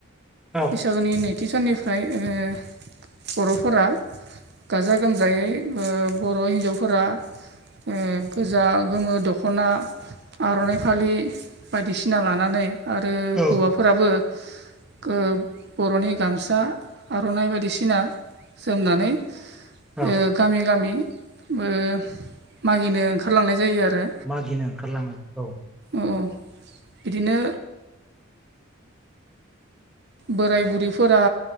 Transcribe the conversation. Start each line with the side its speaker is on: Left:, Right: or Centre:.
Centre: औ
Right: बैसागुनि नैथि साननिफ्राय ओ बर'फोरा गाजा गोमजायै ओ बर' हिन्जावफोरा ओ गोजा गोमो दखना आर'नाइ फालि बायदिसिना लानानै आरो
Centre: औ
Right: हौवाफोराबो ओ बर'नि गामसा आर'नाइ बायदिसिना जोमनानै
Centre: औ
Right: ओ गामि गामि ओ मागिनो ओंखारलांनाय जायो आरो।
Centre: मागिनो ओंखारलाङो औ।
Right: अ औ बिदिनो बोराय बुरैफोरा